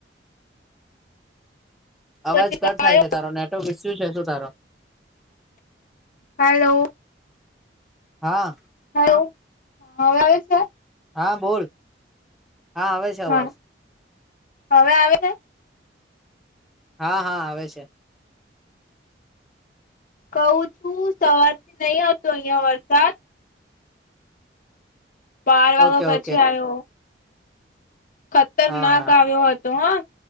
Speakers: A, in the centre; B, on the left.
A: અવાજ
B: પછી
A: કટ
B: તો
A: થાય
B: આયો
A: છે તારો નેટવર્ક ઇસ્યુ છે શું તારો?
B: હલો
A: હા
B: હલો હહ હવે આવે છે?
A: હા બોલ. હા આવે છે અવાજ.
B: હા હવે આવે સે?
A: હા હા આવે છે.
B: કઉં છું સવારથી નહી હતો ઈયાં વરસાદ. બાર વાગા
A: ઓકે ઓકે
B: પછી આયો. ખતરનાક
A: હા હા
B: આવ્યો હતો હહ